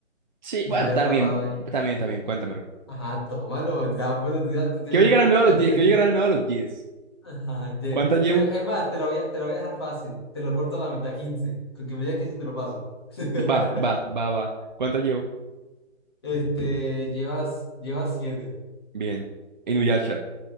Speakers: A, on the right (about 40°); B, on the left (about 20°).
A: Sí,
B: y
A: bueno,
B: se queda
A: está
B: atrapado
A: bien,
B: ahí.
A: está bien, está bien. Cuéntamelo.
B: Ajá, tómalo, te das cuenta, te, da- te estoy
A: Quiero
B: ayudando
A: llegar al medio
B: y
A: a
B: te...
A: los 10,
B: te-
A: quiero llegar al medio a los diez?
B: <laughs> Ajá, ye-
A: ¿Cuántas llevo?
B: te- Es más, te lo voy a, te lo voy a dejar fácil. Te lo corto a la mitad, quince, Con que me digas 15 te lo paso. <laughs>
A: Va, va, va, va. ¿Cuántas llevo?
B: Este, llevas, llevas 7.
A: Bien. Inuyasha.